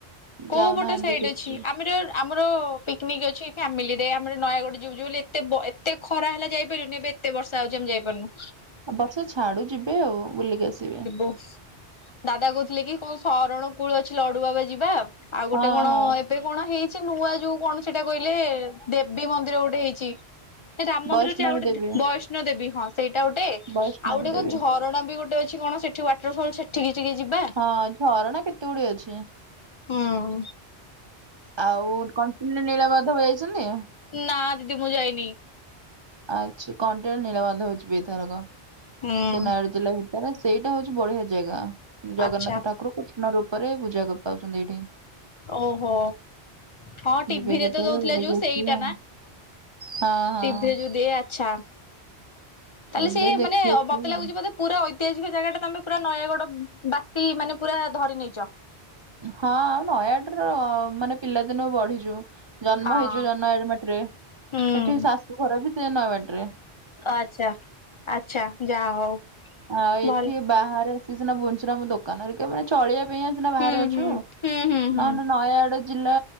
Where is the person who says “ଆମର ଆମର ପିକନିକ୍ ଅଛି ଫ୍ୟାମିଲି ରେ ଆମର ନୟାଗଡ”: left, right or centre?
Left